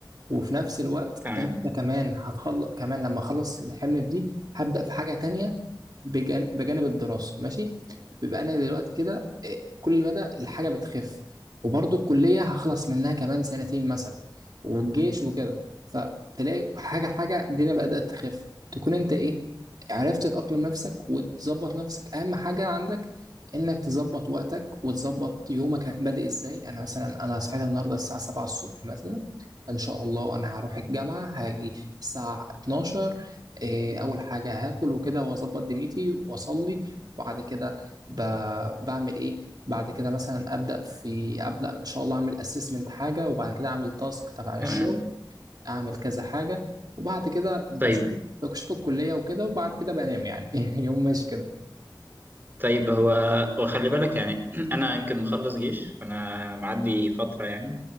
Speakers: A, on the right; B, on the right.
A: وفي نفس الوقت
B: تمام
A: انت كمان هتخلص كمان لما اخلص الحمل في دي هبدا في حاجه تانية بجان- بجانب الدراسة ماشي بيبقى أنا دلوقتي كده إيه، كل مدى الحاجة بتخف وبرضه الكلية هخلص منها كمان سنتين مثلا والجيش وكده فتلاقي حاجة حاجة الدنيا بدأت تخف تكون أنت إيه عرفت تأقلم نفسك وتظبط نفسك أهم حاجة عندك إنك تظبط وقتك وتظبط يومك بادئ إزاي أنا مثلا أنا صحيت النهاردة الساعة 7 الصبح مثلا إن شاء الله أنا هروح الجامعة هاجي الساعة 12 إيه، اول حاجه هاكل وكده واظبط دنيتي واصلي وبعد كده ب... بعمل ايه بعد كده مثلا ابدا في ابدا ان شاء الله اعمل اسسمنت حاجه وبعد كده اعمل تاسك تبع الشغل
B: تمام
A: اعمل كذا حاجه وبعد كده بشوف
B: طيب
A: بشوف الكليه وكده وبعد كده بنام يعني <laughs> يوم ماشي كده
B: طيب هو وخلي بالك يعني <clears throat> انا يمكن مخلص جيش فانا معدي فتره يعني